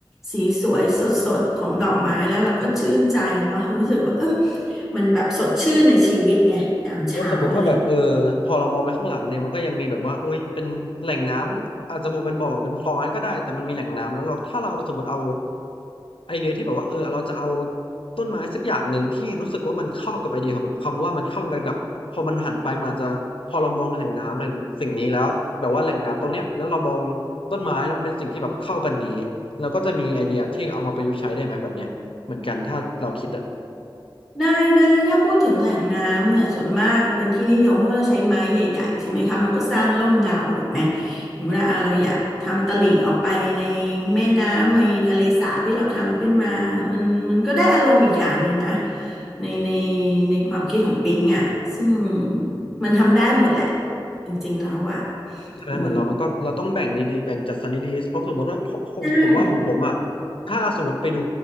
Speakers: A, in the centre; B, on the left.
A: สีสวยสดสดของดอกไม้แล้วเราก็ชื่นใจเนาะรู้สึกว่าเออมันแบบสดชื่นในชีวิตไงยามเช้าอะไร
B: ว่าสมมติถ้าแบบเออพอเรามองไปข้างหลังเนี่ยมันก็ยังมีแบบว่าโอ้ยเป็นแหล่งน้ำอาจจะมองเป็นบ่อเป็นคลองอะไรก็ได้แต่มันมีแหล่งน้ำแล้วเราถ้าเราสมมติเอาไอเดียที่แบบว่าเออเราจะเอาต้นไม้สักอย่างหนึ่งที่รู้สึกว่ามันเข้ากับไอเดียของคำว่ามันเข้ากันกับพอมันหันไปมันอาจจะพอเรามองแหล่งน้ำแหล่งสิ่งนี้แล้วแบบว่าแหล่งน้ำตรงเนี้ยแล้วเรามองต้นไม้แล้วมันเป็นสิ่งที่แบบเข้ากันดีเราก็จะมีไอเดียที่เอามาประยุกต์ใช้ได้ไหมแบบเนี้ยเหมือนกันถ้าเราคิดอะ
A: ได้ได้ถ้าพูดถึงแหล่งน้ำเนี่ยส่วนมากเป็นที่นิยมเพราะว่าเราใช้ไม้ใหญ่ๆใช่ไหมคะมันก็สร้างร่มเงาถูกไหมอย่างเวลาอ่ะเราอยากทำตลิ่งออกไปในแม่น้ำในทะเลสาบที่เราทำขึ้นมามันมันก็ได้อารมณ์อีกอย่างหนึ่งนะในในในความคิดของปิงอ่ะซึ่งมันทำได้หมดแหละจริงๆแล้วอ่ะ
B: ใช่ไหมเหมือนเราก็เราต้องแบ่งดีๆแบ่งจัดสรรดีๆเพราะสมมติว่าผมผมว่าของผมอ่ะ
A: คือใช่
B: ถ้าสมมติไปดู